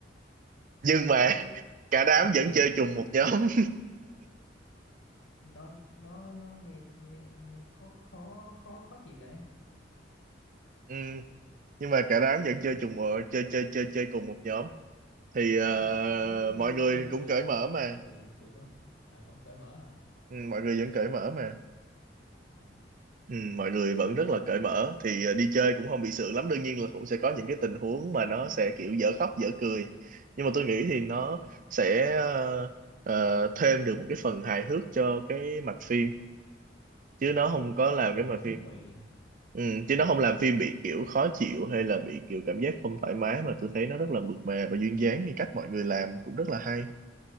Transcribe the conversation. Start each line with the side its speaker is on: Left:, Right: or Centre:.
Right: nhưng mà
Left: cái
Right: <laughs> cả đám
Left: ờ
Right: vẫn chơi
Left: nhưng
Right: chung một nhóm
Left: nó nó nó nghe nghe nghe khó khó khó khó chịu vậy
Right: <laughs> ừ, nhưng mà cả đám vẫn chơi chung một chơi chơi chơi chơi cùng một nhóm thì ờ,
Left: thế thì kiểu đi
Right: mọi người
Left: chơi đồ
Right: cũng
Left: đồ
Right: cởi mở mà
Left: có bị sượng không à vẫn cởi mở hả
Right: Ừ, mọi người vẫn cởi mở mà
Left: à,
Right: ừ, mọi người vẫn rất là cởi mở thì ờ, đi chơi cũng không bị sượng lắm đương nhiên là cũng sẽ có những cái tình huống mà nó sẽ kiểu dở khóc dở cười nhưng mà tôi nghĩ thì nó sẽ ờ, ờ, thêm được một cái phần hài hước cho cái mạch phim
Left: à
Right: chứ nó
Left: kiểu
Right: không
Left: nó tăng
Right: có làm
Left: cái độ
Right: cái mạch
Left: thú
Right: phim
Left: vị
Right: ừ,
Left: à,
Right: chứ nó không làm phim bị kiểu khó chịu hay là bị kiểu cảm giác không thoải mái mà tôi thấy nó rất là mượt mà và duyên dáng thì cách mọi người làm cũng rất là hay